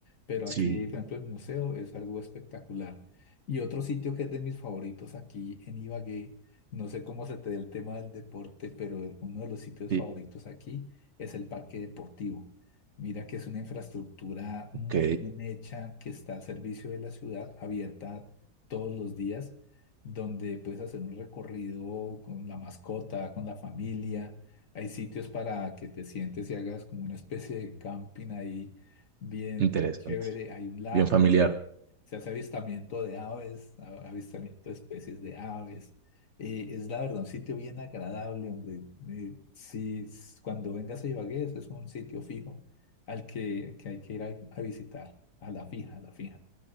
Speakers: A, on the left (about 55°); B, on the right (about 55°).
A: Pero
B: sí,
A: aquí, por ejemplo, el museo es algo espectacular. Y otro sitio que es de mis favoritos aquí en Ibagué no sé cómo se te dé el tema del deporte, pero uno de los sitios
B: sí,
A: favoritos aquí es el parque deportivo. Mira que es una infraestructura
B: ok,
A: muy bien hecha que está al servicio de la ciudad, abierta todos los días, donde puedes hacer un recorrido con la mascota, con la familia. Hay sitios para que te sientes y hagas como una especie de camping ahí, bien,
B: interesante,
A: bien chévere. Hay un lago
B: bien familiar.
A: donde se hace avistamiento de aves, a- avistamiento de especies de aves. Eh, es la verdad, un sitio bien agradable, hombre. Eh, si s- cuando vengas a Ibagué, eso es un sitio fijo al que, que hay que ir a, a visitar, a la fija, a la fija.